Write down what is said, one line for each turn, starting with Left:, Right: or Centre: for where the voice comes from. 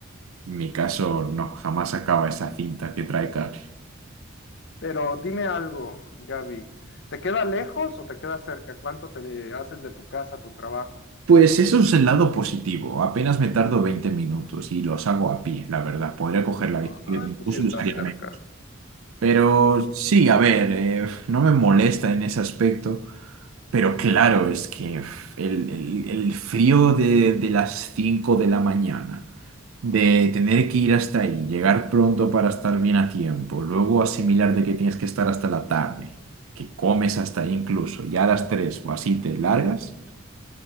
Right: en mi caso, no, jamás acaba esa cinta que trae Carl.
Left: Pero dime algo, Gaby, ¿te queda lejos o te queda cerca? ¿Cuánto te de- haces de tu casa a tu trabajo?
Right: Pues eso es el lado positivo. Apenas me tardo 20 minutos y los hago a pie, la verdad. Podría coger la bicicleta
Left: Ay,
Right: incluso
Left: pues sí está
Right: y usaría
Left: cerca.
Right: menos. Pero sí, a ver, eh, no me molesta en ese aspecto. Pero claro, es que uf, el, el- el frío de, de las 5 de la mañana, de tener que ir hasta ahí, llegar pronto para estar bien a tiempo, luego asimilar de que tienes que estar hasta la tarde, que comes hasta ahí incluso, ya a las 3 o así te largas.